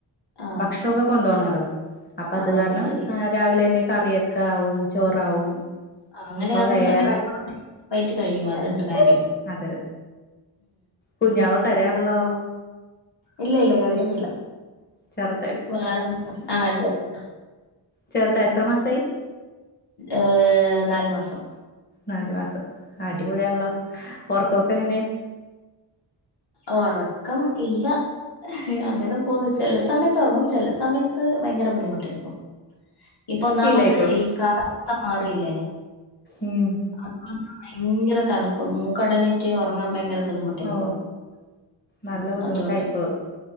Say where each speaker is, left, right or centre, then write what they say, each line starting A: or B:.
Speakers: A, on the left; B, on the left.
A: ആ
B: ഭക്ഷണൊക്കെ കൊണ്ടു പോണല്ലോ അപ്പൊ
A: ആ
B: അത് കാരണം
A: ശരി
B: രാവിലെ തന്നെ കറിയൊക്കെ ആവും ചോറാവും
A: അങ്ങനെ
B: അപ്പൊ
A: ആവുന്ന
B: വേറെ
A: സമയത്ത് നമ്മള പെട്ടന് കഴിയും അതുണ്ട് കാര്യം
B: അതെ കുഞ്ഞാവ കരയാണല്ലോ
A: ഇല്ല ഇല്ല കരയുന്നില്ല
B: ചെറുതായിട്ട്
A: വേറെ എന്താ ആ ചെറുത്
B: ചേറുതാ എത്ര മാസായി
A: ഏഹ നാലു മാസം
B: നാല് മാസം
A: ഉം
B: അടിപൊളിയാണല്ല ഉറക്കൊക്കെ എങ്ങനെ
A: ഉറക്കം ഇല്ല അങ്ങനെ പോകുന്നു ചില സമയത്ത് ഉറങ്ങും സമയത്ത് ഭയങ്കര ബുദ്ധിമുട്ടായിരിക്കും ഇപ്പൊ ഒന്നാമത്
B: ശീലായിക്കോളും
A: ഈ കാല മാറിയില്ലേ
B: ഉം
A: അത ഭയങ്കര തണുപ്പ് മൂക്കടഞ്ഞിട്ട് ഉറങ്ങാൻ ഭയങ്കര <unintelligible>
B: ഓ നല്ല
A: ആ
B: ബുദ്ധിമുട്ടായിക്കോളു
A: അതുകൊണ്ട്